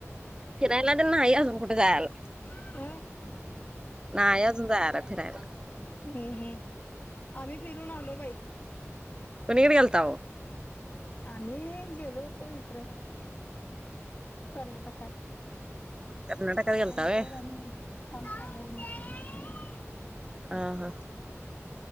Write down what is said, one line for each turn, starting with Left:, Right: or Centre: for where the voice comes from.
Right: फिरायला त नाही अजून कुठे जायला.
Left: का?
Right: नाहीय अजून जायला फिरायला.
Left: हम्म हम्. आम्ही फिरून आलो बाई.
Right: कुणीकड गेलताव?
Left: आम्ही गेलो होतो इकड. कर्नाटकात.
Right: कर्नाटकात गेलता
Left: फोन
Right: व्हय
Left: कर आणि काम चालू आहे म्हण.
Right: हां हां